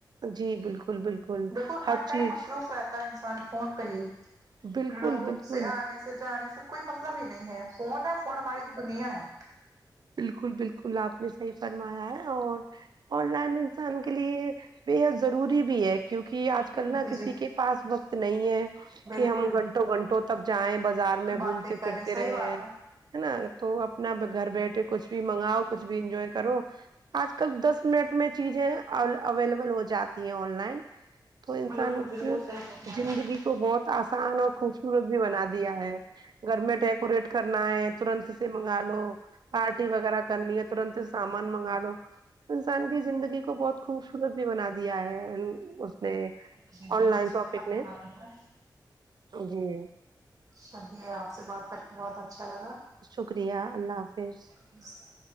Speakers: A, on the right; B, on the right.
A: جی بالکل بالکل
B: دیکھو ہر ٹائم
A: چیز
B: مصروف رہتا ہے انسان فون پہ ہی
A: بالکل
B: لوگوں
A: بالکل
B: سے آنے سے سے جانے سے کوئی مطلب ہی نہیں ہے فون ہے فون ہماری دنیا ہے
A: بالکل بالکل آپ نے صحیح فرمایا ہے اور آن لائن انسان کے لیے بے حد ضروری بھی ہے کیونکہ آج کل نا
B: جی
A: کسی
B: جی
A: کے پاس وقت نہیں ہے
B: بالکل
A: کہ ہم گھنٹوں گھنٹوں تک جائیں بازار میں
B: باتیں
A: گھومتے
B: کریں
A: پھرتے
B: صحیح
A: رہے
B: بات
A: ہیں
B: ہے
A: ہے نا تو اپنا گھر بیٹھے کچھ بھی منگاؤ کچھ بھی انجوائے کرو آج کل دس منٹ میں چیزیں اویلیبل ہو جاتی ہیں آن لائن تو انسان
B: بالکل
A: کی
B: بالکل صحیح فرمایا
A: زندگی کو بہت آسان اور خوبصورت بھی بنا دیا ہے گھر میں ڈیکوریٹ کرنا ہے ترنت سے منگا لو پارٹی وغیرہ کرنی ہے ترنت سامان منگا لو انسان کی زندگی کو بہت خوبصورت بھی بنا دیا ہے اس نے
B: جی بالکل
A: آن لائن
B: صحیح
A: شاپنگ
B: فرما
A: نے
B: رہی ہیں
A: جی
B: چلیے آپ سے بات کر کے بہت اچھا لگا
A: شکریہ اللہ حافظ
B: <unintelligible>